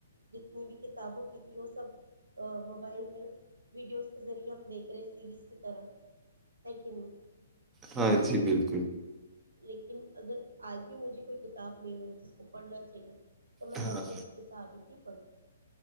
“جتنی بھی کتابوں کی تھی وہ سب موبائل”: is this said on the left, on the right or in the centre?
Right